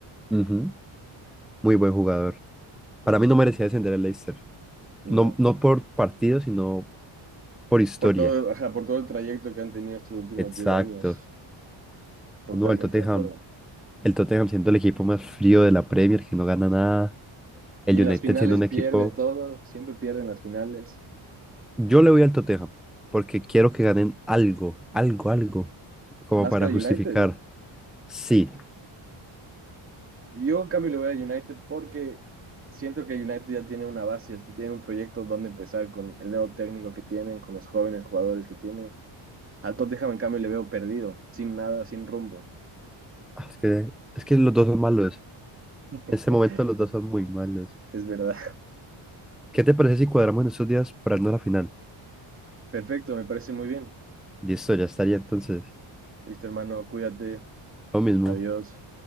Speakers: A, in the centre; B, on the right.
A: Ujú, Muy buen jugador. Para mí no merecía descender el Leicester.
B: No.
A: No, no por partido, sino por historia.
B: Por todo, ajá, por todo el trayecto que han tenido estos últimos
A: Exacto.
B: 10 años. Totalmente
A: No, el Tottenham.
B: de acuerdo.
A: El Tottenham siendo el equipo más frío de la Premier, que no gana nada. El
B: Y en
A: United
B: las finales
A: siendo un
B: pierde
A: equipo
B: todo. Siempre pierden las finales.
A: Yo le voy al Tottenham porque quiero que ganen algo, algo, algo, como
B: Más
A: para
B: que a United.
A: justificar. Sí,
B: Yo, en cambio, le voy a United porque siento que United ya tiene una base, este, tiene un proyecto donde empezar con el nuevo técnico que tienen, con los jóvenes jugadores que tienen. Al Tottenham, en cambio, le veo perdido, sin nada, sin rumbo.
A: Ah, es que, es que los dos son malos.
B: <laughs>
A: En este momento los dos son muy malos.
B: Es verdad.
A: ¿Qué te parece si cuadramos en estos días para irnos a la final?
B: Perfecto, me parece muy bien.
A: Listo, ya estaría entonces.
B: Listo, hermano, cuídate.
A: Lo mismo.
B: Adiós.